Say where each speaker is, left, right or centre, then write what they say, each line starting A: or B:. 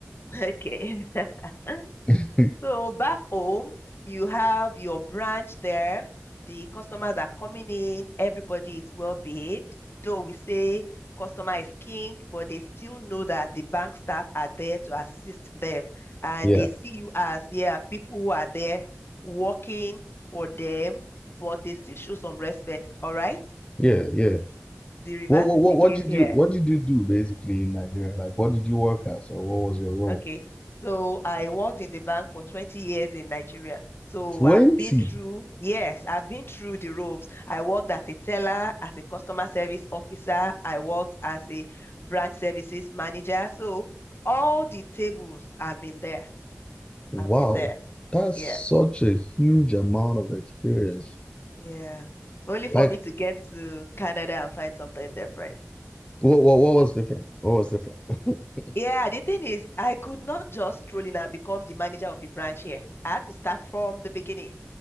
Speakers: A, on the left; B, on the left.
A: Okay. <laughs>
B: <laughs>
A: So back home, you have your branch there. The customers are coming in. Everybody is well behaved. Though we say customer is king, but they still know that the bank staff are there to assist them. And
B: Yeah,
A: they see you as, yeah, people who are there working for them, but they still show some respect. All right?
B: yeah, yeah.
A: The reverse
B: What what
A: is
B: what
A: the
B: what
A: case
B: did
A: here.
B: you what did you do basically in Nigeria? Like what did you work as or what was your role?
A: Okay. So I worked in the bank for 20 years in Nigeria. So
B: 20.
A: I've been through, yes, I've been through the ropes. I worked as a teller, as a customer service officer. I worked as a branch services manager. So all the tables, I've been there.
B: Wow.
A: I've been there.
B: That's
A: Yeah.
B: such a huge amount of experience.
A: Yeah. Only for
B: Like
A: me to get to Canada and find something different.
B: what what what was different? What was different? <laughs>
A: Yeah, the thing is, I could not just stroll in and become the manager of a branch here. I had to start from the beginning,